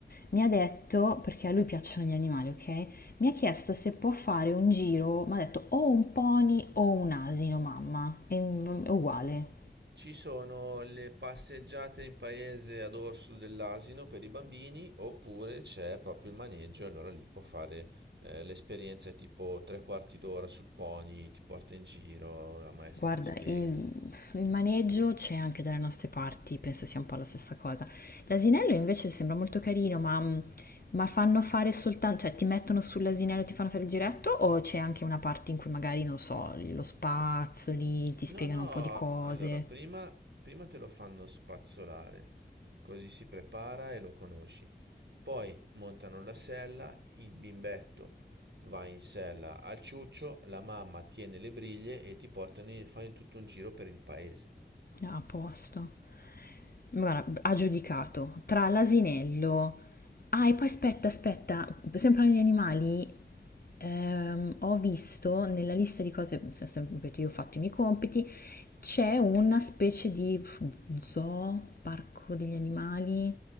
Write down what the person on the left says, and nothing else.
Mi ha detto, perché a lui piacciono gli animali, ok? Mi ha chiesto se può fare un giro, mi ha detto o un pony o un asino, mamma. E- È uguale.
Guarda,
il, il maneggio c'è anche dalle nostre parti, penso sia un po' la stessa cosa. L'asinello invece sembra molto carino, ma, mm, ma fanno fare soltanto, cioè ti mettono sull'asinello e ti fanno fare il giretto o c'è anche una parte in cui magari, non lo so, lo spazzoli, ti
spiegano
un po' di cose?
Ah, A posto. Guarda, ha giudicato tra l'asinello. Ah, e poi aspetta, aspetta, sempre negli animali, ehm, ho visto nella lista di cose, se- sempre, ripeto, io ho fatto i miei compiti, c'è una specie di pff, zoo, parco degli animali.